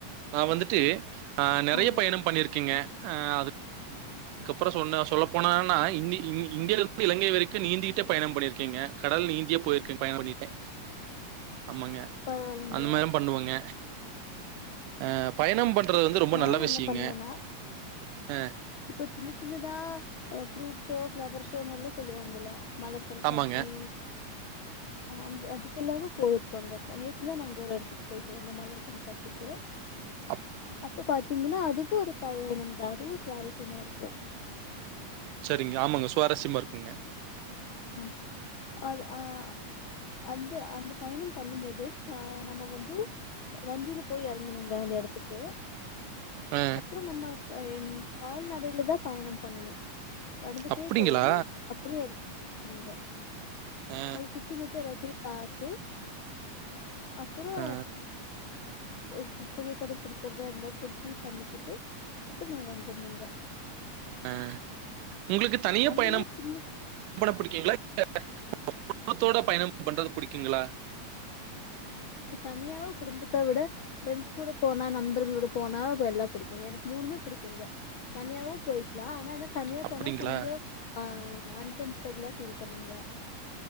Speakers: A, on the right; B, on the left.
A: நா வந்துட் ட்டு ஆ நெறைய
B: ஆமாங்க
A: பயணம் பண்ணிருக்கீங்க ஆ அது அதுக்கப்புற சொன்ன சொல்ல போனன்னா இந்த இந்தியில இருந்து இங்கை வரைக்கு நீந்திகிட்டே பயணம் பண்ணிருக்கீங்க கடல் நீந்தியே போயிருக்கேங்க பயணம் பண்ணிருகே ஆமாங்க
B: பரவாயில்லைங்களே
A: அந்த மாரியு பண்ணுவாங்க அ பயணம் படுத் ட்டுறது வந்து ரொம்ப
B: நானு
A: நல்ல விஷ்யோங்க
B: என்ன பண்ணுவேன்னா
A: அ
B: இப்ப சின்ன சின்னதா் அ ஃப்ரூட் ஷோ பஃளவர் ஷோன்னல்லா சொல்லுவாங்கல்ல மலர் கண்காட்சி
A: ஆமாங்க.
B: அந்த அதுக்கு எல்லாமு போயிருக்கங்க நேத்துதா நாங்க ஒரு எடத்துக்கு போயிட்டு வந்தோ மலர் கண்காட்சிக்கு
A: அப்
B: அப்ப பாத்தீங்கன்னா அதுக்கு ஒரு பயணம் தா அதுவு ஸ்வாரஸ்யமா இருக்கு
A: செரிங்க ஆமாங்க சுவாரஸ்யமா இருக்குங்க
B: ஆமா அது அஹ் அந்த அந்த பயணம் பண்ணும்போது ஆ நம்ம வந்து வண்டியில போய் எறங்கணுங்க அந்த எடத்துக்கு
A: ஆ
B: அப்பறோ நம்ம என் கால்நடையில தா பயணம் பண்ணணு நடந்துட்டே
A: அப்படிங்களா?
B: போயி அப்புறோ எடுத் ஆமாங்க
A: ஆ,
B: அது சுத்திமுத்தி யாரது இப்பிடி பாத்து அப்புறோ
A: ஆ.
B: ஒரு புகைப்படோ பிடிக்கறதா இருந்தா புடிச்சி பண்ணிக்கிட்டு எப்படி நம்ம வந்துருணுங்க
A: ஆ உங்களுக்கு தனிய
B: அந்த
A: பயணோ
B: மாரி சின்ன
A: பண்ண பிடிக்கீங்களா <inaudible> குடுபத்தோட பயணோ பண்றது புடிக்குங்களா
B: இப்ப தனியாவோ குடும்பத்த விட ஃப்ரெண்ட்ஸ் கூட போனா நண்பர்களோட போனா எல்லா புடிக்குங்க எனக்கு மூணுமே புடிக்குங்க தனியாவு போய்க்கலா ஆனா எனக்கு தனியா
A: அப்படிங்களா?
B: போனா கொஞ்சோ ஆஹ் அன்கம்ஃபர்டபுளா ஃபீல் பண்ணுங்க